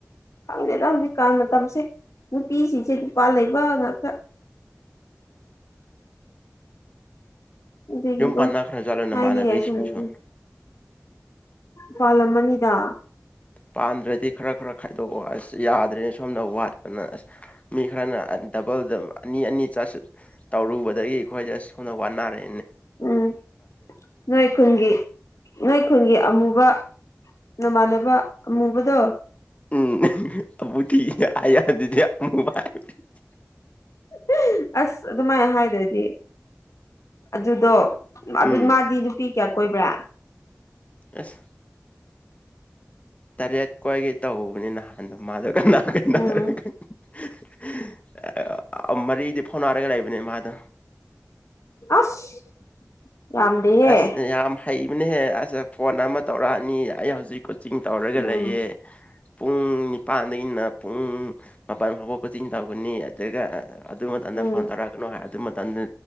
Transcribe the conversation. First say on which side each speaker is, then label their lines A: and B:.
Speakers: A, on the left; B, on the left.
A: ꯈꯪꯗꯦꯗ ꯍꯧꯖꯤꯛꯀꯥꯟ ꯃꯇꯝꯁꯦ ꯅꯨꯄꯤꯁꯤꯡꯁꯦ ꯄꯥ ꯂꯩꯕ ꯉꯥꯛꯇ ꯑꯗꯨꯒꯤꯀꯣ
B: ꯌꯨꯝ ꯄꯥꯟꯅꯈ꯭ꯔꯖꯥꯠꯂꯣ ꯅꯃꯥꯟꯅꯕꯤꯁꯤꯡꯁꯨ
A: ꯍꯥꯢꯅꯤꯡꯉꯥꯢꯁꯨ ꯂꯩꯇꯦ ꯄꯥꯂꯝꯃꯅꯤꯗ
B: ꯄꯥꯟꯗ꯭ꯔꯗꯤ ꯈ꯭ꯔ ꯈ꯭ꯔ ꯈꯥꯏꯗꯣꯛꯑꯣ ꯑꯁ ꯌꯥꯗ꯭ꯔꯦ ꯁꯣꯝꯗ ꯋꯥꯠꯄꯅ ꯑꯁ ꯃꯤ ꯈꯔꯅ ꯑ ꯗꯕꯜꯗ ꯑꯅꯤ ꯑꯅꯤ ꯆꯥꯁꯜ ꯇꯧꯔꯨꯕꯗꯒꯤ ꯑꯩꯈꯣꯏꯁꯦ ꯑꯁ ꯁꯣꯝꯗ ꯋꯥꯅꯔꯦ
A: ꯎꯝ ꯅꯣꯏ ꯈꯨꯟꯒꯤ ꯅꯣꯏ ꯈꯨꯟꯒꯤ ꯑꯃꯨꯕ ꯅꯃꯥꯟꯅꯕ ꯑꯃꯨꯕꯗꯣ
B: ꯎꯝ <unintelligible> ꯑꯃꯨꯗꯤꯒ ꯍꯥꯏꯔꯛ ꯑꯗꯨꯗꯤ ꯑꯃꯨ <unintelligible>
A: <unintelligible> ꯑꯁ ꯑꯗꯨꯃꯥꯏ ꯍꯥꯏꯗ꯭ꯔꯗꯤ ꯑꯗꯨꯗꯣ ꯑꯗꯨ
B: ꯎꯝ
A: ꯃꯥꯗꯤ ꯅꯨꯄꯤ ꯀ꯭ꯌꯥ ꯀꯣꯏꯕ꯭ꯔꯥ
B: ꯑꯁ ꯇꯔꯦꯠ ꯀꯣꯏꯒꯦ ꯇꯧꯕꯧꯅꯤ ꯅꯍꯥꯟꯗꯣ ꯃꯥꯗꯣ ꯀꯅꯥ ꯀꯅꯥꯔ
A: ꯎꯝ
B: ꯈꯪ <unintelligible> ꯃꯔꯤꯗꯤ ꯐꯥꯎꯅꯔꯒ ꯂꯩꯕꯅꯦ ꯃꯥꯗꯣ
A: ꯑꯁ ꯌꯥꯝꯗꯦꯍꯦ
B: ꯑꯁ ꯌꯥꯝ ꯍꯩꯕꯅꯦ ꯑꯁ ꯐꯣꯟ ꯑꯃ ꯇꯧꯔꯛꯑꯅꯤ ꯑꯩ ꯍꯧꯖꯤꯛ ꯀꯣꯆꯤꯡ ꯇꯧꯔꯒ
A: ꯎꯝ
B: ꯂꯩꯌꯦ ꯄꯨꯡ ꯅꯤꯄꯥꯟꯗꯒꯤꯅ ꯄꯨꯡ ꯃꯥꯄꯜ ꯐꯥꯎꯕ ꯀꯣꯆꯤꯡ ꯇꯧꯒꯅꯤ ꯑꯗꯨꯒ ꯑꯗꯨ ꯃꯇꯝꯗ
A: ꯎꯝ
B: ꯐꯣꯟ ꯇꯧꯔꯛꯒꯅꯨ ꯍꯥꯏ ꯑꯗꯨ ꯃꯇꯝꯗ